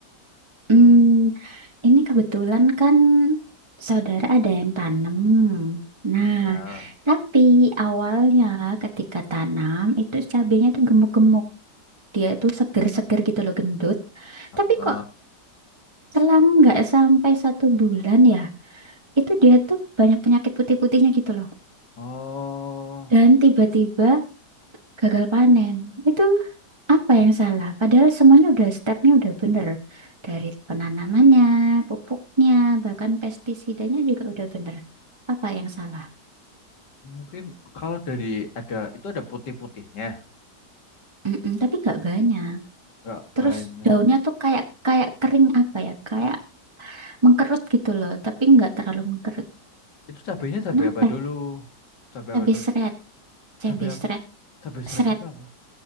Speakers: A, on the right; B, on the left.
A: Hmm, ini kebetulan kan saudara ada yang tanam. Nah,
B: Ya.
A: tapi awalnya ketika tanam itu cabenya tuh gemuk-gemuk, dia itu seger-seger gitu loh, gendut.
B: Heeh.
A: Tapi kok selang nggak sampai satu bulan ya, itu dia tuh banyak penyakit putih-putihnya gitu loh.
B: Oh.
A: dan tiba-tiba gagal panen. Itu apa yang salah? Padahal semuanya udah stepnya udah bener. Dari penanamannya, pupuknya, bahkan pestisidanya juga udah bener. Apa yang salah?
B: Mungkin kalau dari ada itu ada putih-putihnya,
A: Mm-mm, tapi nggak banyak.
B: nggak
A: Terus
B: banyak.
A: daunnya tuh kayak kayak kering apa ya? Kayak mengkerut gitu loh, tapi nggak terlalu mengkerut.
B: Itu cabenya cabai
A: Kenapa?
B: apa
A: ya?
B: dulu? Cabai apa
A: Cabai
B: dulu?
A: seret, cabai
B: Cabai apa?
A: seret,
B: Cabai seret
A: seret
B: itu apa?